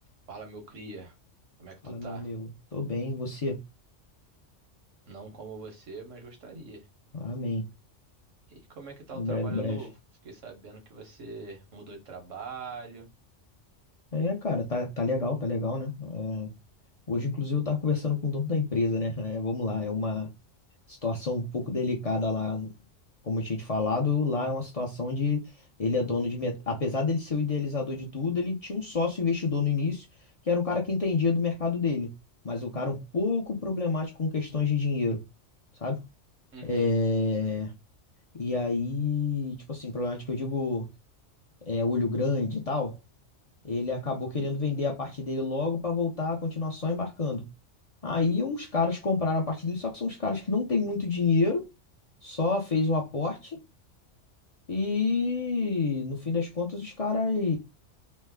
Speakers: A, on the right; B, on the left.
A: Fala, meu cria. Como é que
B: Fala,
A: tu tá?
B: meu amigo. Tô bem, e você?
A: Não como você, mas gostaria.
B: Amém.
A: E como é que tá
B: Em
A: o trabalho
B: breve, breve.
A: novo? Fiquei sabendo que você mudou de trabalho.
B: É, cara, tá, tá legal, tá legal, né? É, hoje, inclusive, eu tava conversando com o dono da empresa, né? É, vamos lá, é uma situação um pouco delicada lá, como eu tinha te falado, lá é uma situação onde ele é dono de... met- Apesar dele ser o idealizador de tudo, ele tinha um sócio investidor no início, que era um cara que entendia do mercado dele, mas o cara um pouco problemático com questões de dinheiro, sabe?
A: Uhum,
B: É... E aí, tipo assim, problemático, eu digo é, olho grande e tal, ele acabou querendo vender a parte dele logo para voltar a continuar só embarcando. Aí uns caras compraram a parte dele, só que são uns caras que não têm muito dinheiro, só fez o aporte e no fim das contas os caras